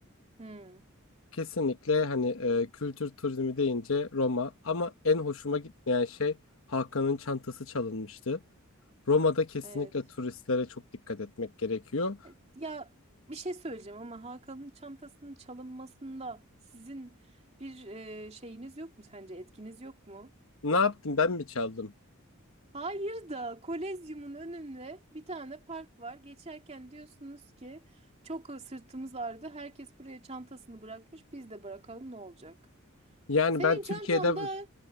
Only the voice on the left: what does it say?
Kesinlikle hani e, kültür turizmi deyince Roma ama en hoşuma gitmeyen şey Hakan'ın çantası çalınmıştı. Roma'da kesinlikle
turistlere çok dikkat etmek gerekiyor.
Ne yaptım ben mi çaldım?
Yani
ben Türkiye'de